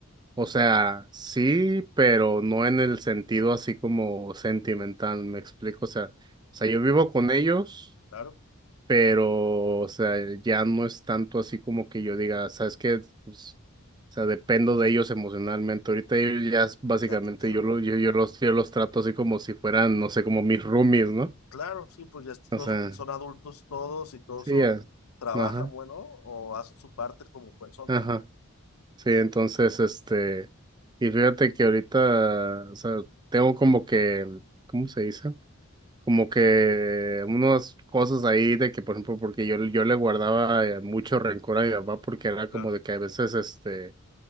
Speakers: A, on the right; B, on the left.
A: o sea sí pero no en el sentido así como sentimental me explico o sea o sea yo vivo con ellos
B: Claro,
A: pero, o sea, ya no es tanto así como que yo diga, ¿sabes qué? Pues, o sea, dependo de ellos emocionalmente. Ahorita ellos ya es básicamente
B: ya te entiendo.
A: yo, lo, yo, yo, los, yo los trato así como si fueran, no sé, como mis roomies, ¿no?
B: Claro, sí, pues ya est-
A: O
B: los,
A: sea,
B: son adultos todos y todos
A: sí,
B: son,
A: ya.
B: trabajan,
A: Ajá,
B: bueno, o hacen su parte como personas,
A: ajá.
B: ¿no?
A: Sí, entonces, este, y fíjate que ahorita, o sea, tengo como que, ¿cómo se dice? como que unas cosas ahí de que, por ejemplo, porque yo, yo le guardaba eh, mucho rencor a mi papá porque era como
B: Claro.
A: de que a veces, este,